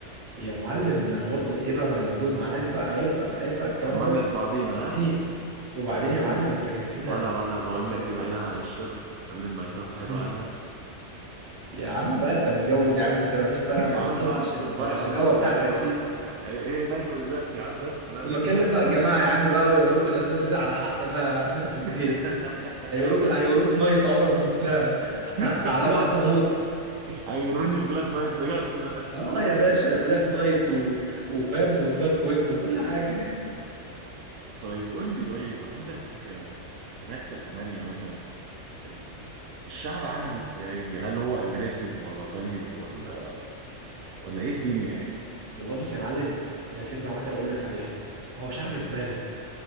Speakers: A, on the right (about 55°); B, on the right (about 90°).
A: يا معلم غربة إيه بقى ما أنا موجود معاك بقى عيب بقى عيب بقى الكلام
B: هنونس
A: ده
B: بعضينا
A: وبعدين
B: ها؟
A: وبعدين
B: طب
A: يا
B: قول
A: معلم
B: لي
A: أنت كده كده
B: ولا ولا بقول
A: أنت
B: لك إيه بعيدا عن الشغل قول لي النايتات حلوة
A: مم.
B: عندك
A: يا عم بقى أنت متجوز يا عم أنت ما فيش
B: <laughs>
A: بقى
B: يا
A: ما
B: عم
A: بطلتش
B: بقى اسكت بقى
A: الشقاوة
B: يا عم بس
A: بتاعتك
B: هي
A: دي <laughs>
B: هي نايمة دلوقتي يا عم بس بقى
A: وما
B: تيجي
A: كلم
B: على السيرة
A: بقى الجماعة يا عم بقى ويوروك النايتات اللي على حق بقى عندك
B: <laughs>
A: في البيت <laughs> هيوروك هيوروك نايت عمرك ما شفتها <laughs>
B: <laughs>
A: على واحدة ونص
B: هيوروني البلاك نايت بجد بقى
A: اه يا باشا بلاك نايت و... وفام والدارك ويب وكل حاجة
B: طيب قول لي طيب عندك آه، هناك في ألمانيا مثلا ال- الشعب عامل ازاي؟ هل هو اجريسيف ولا طيب ولا ولا ايه الدنيا يعني؟
A: والله بص يا معلم انا كلمة واحدة اقول لك عليها هو شعب زبالة